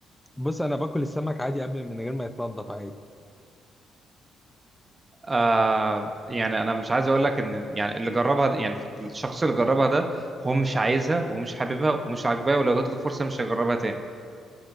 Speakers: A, in the centre; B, on the right.
A: بص انا باكل السمك عادي قبل من غير ما يتنضف عادي
B: آه يعني انا مش عايز اقول لك ان يعني اللي جربها ده- يعني الشخص اللي جربها ده هو مش عايزها ومش حاببها ومش عاجباه ولو جات له فرصه مش هيجربها تاني